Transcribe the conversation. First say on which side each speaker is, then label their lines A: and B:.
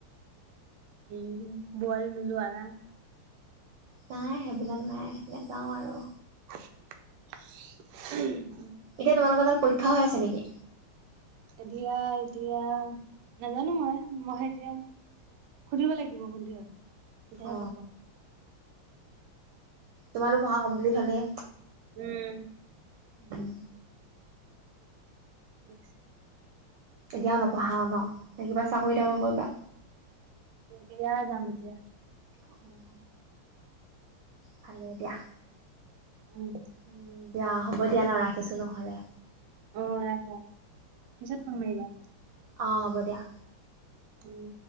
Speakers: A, on the right; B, on the right.
A: উম, বোৱাৰী নোযোৱা।
B: নাই, সেইবিলাক নাই নাযাও আৰু।
A: <inaudible>
B: এতিয়া তোমালোকৰ তাত প খা হৈ আছে নেকি।
A: এতিয়া- এতিয়া নাজানো মই, মই এতিয়া সুধিব লাগিব <unintelligible> হয়। তেতিয়াহে
B: অ
A: গম পাম।
B: তোমাৰো পঢ়া কমপ্লিট হ'লেই।
A: উম।
B: উম।
A: <unintelligible>
B: এতিয়া আৰু নপঢ়া আও ন। নে কিবা চাকৰি তাকৰি
A: উম,
B: কৰিবা
A: ত বিয়া যাম এতিয়া
B: অঁ ভালে দিয়া।
A: উম
B: উম, দিয়া হ'ব দিয়া ন ৰাখিছো নহলে।
A: অ' ৰাখা পিছত ফোন মাৰিবা।
B: অঁ' হব দিয়া।
A: উম,